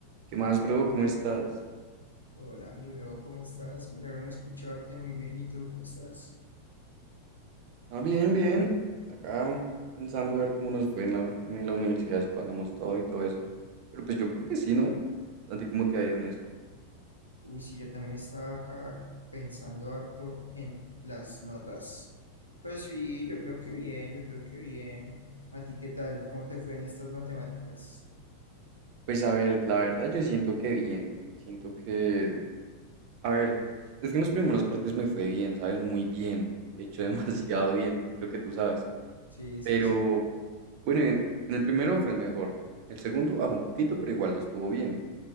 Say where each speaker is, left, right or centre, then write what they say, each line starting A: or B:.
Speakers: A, on the right; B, on the left.
A: ¿Qué más, bro? ¿Cómo estás?
B: Hola, mi bro, ¿cómo estás? Milagro en escucharte, muy bien. ¿Y tú cómo estás?
A: Ah, bien, bien. Acá pensando a ver cómo nos fue en la, en la universidad, si pasamos todo y todo eso. Pero pues yo creo que sí, ¿no? ¿A ti cómo te ha ido en eso?
B: Uy, sí, yo también estaba acá pensando harto en las notas. Pues sí, yo creo que bien, yo creo que bien. ¿A ti qué tal? ¿Cómo te fue en estas matemáticas?
A: Pues a ver, la verdad yo siento que bien. Siento que... A ver, es que en los primeros cortes me fue bien, ¿sabes? Muy bien. De hecho, <laughs> demasiado bien. Creo que tú sabes.
B: Sí,
A: Pero
B: sí, sí.
A: bueno, eh, en el primero fue el mejor. El segundo bajó un poquito, pero igual estuvo bien.